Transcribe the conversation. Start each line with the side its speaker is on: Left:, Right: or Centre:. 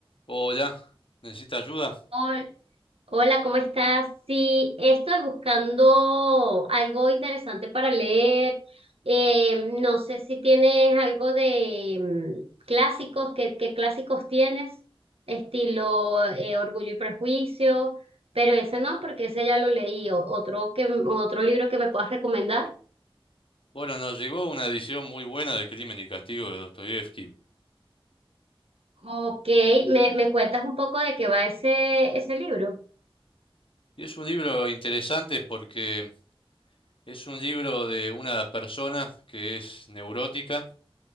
Left: Hola, ¿necesita ayuda?
Right: Hol- Hola, ¿cómo estás? Sí, estoy buscando algo interesante para leer. Eh, no sé si tienes algo de mm, clásicos, ¿qué, qué clásicos tienes? Estilo eh, Orgullo y Prejuicio, pero ese no, porque ese ya lo leí. O- otro que, otro libro que me puedas recomendar.
Left: Bueno, nos llegó una edición muy buena de Crimen y Castigo de Dostoyevsky.
Right: Ok, ¿me, me cuentas un poco de qué va ese, ese libro?
Left: Y es un libro interesante porque es un libro de una persona que es neurótica